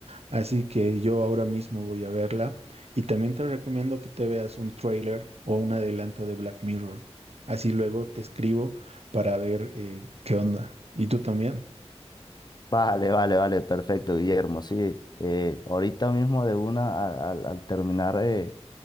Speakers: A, on the right; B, on the left.
A: Así que yo ahora mismo voy a verla y también te recomiendo que te veas un trailer o un adelanto de Black Mirror. Así luego te escribo para ver eh, qué onda. ¿Y tú también?
B: Vale, vale, vale, perfecto, Guillermo. Sí, eh, ahorita mismo de una, al, al- al terminar eh,